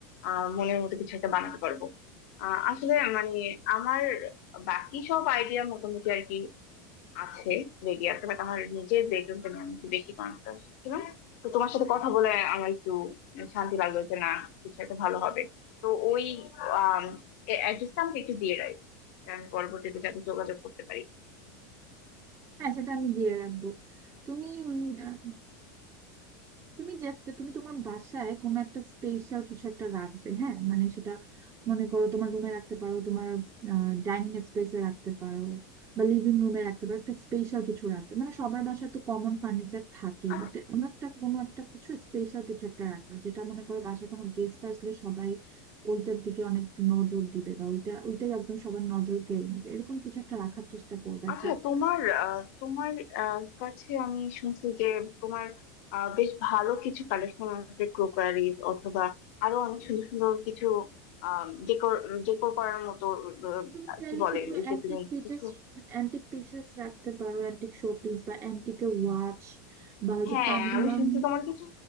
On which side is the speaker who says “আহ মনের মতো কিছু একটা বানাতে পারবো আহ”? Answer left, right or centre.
Left